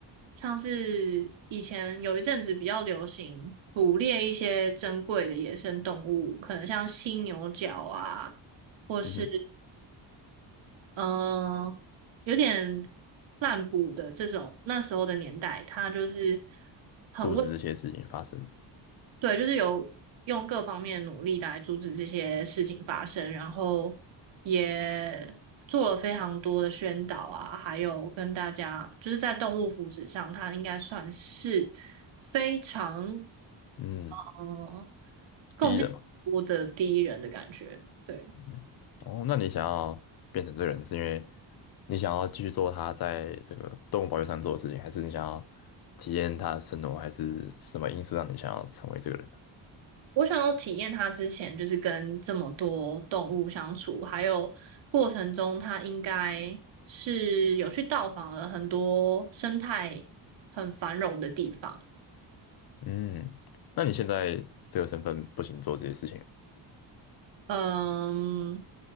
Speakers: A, on the right; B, on the left.
A: 像是以前有一阵子比较流行捕猎一些珍贵的野生动物，可能像犀牛角啊，或是
B: 嗯哼，
A: 嗯、有点滥捕的这种，那时候的年代，他就是很为。
B: 阻止这些事情发生嘛
A: 对，就是有用各方面努力来阻止这些事情发生，然后也做了非常多的宣导啊，还有跟大家就是在动物福祉上，他应该算是非常
B: 嗯，
A: 呃贡献多的第一人的感觉。
B: 第一人嘛。
A: 对。
B: 嗯，哦，那你想要变成这个人，是因为你想要继续做他在这个动物保育上做的事情，还是你想要体验他的生活，还是什么因素让你想要成为这个人呢？
A: 我想要体验它之前就是跟这么多动物相处，还有过程中它应该是有去到访了很多生态很繁荣的地方。
B: 嗯，那你现在这个身份不行做这些事情，
A: 嗯，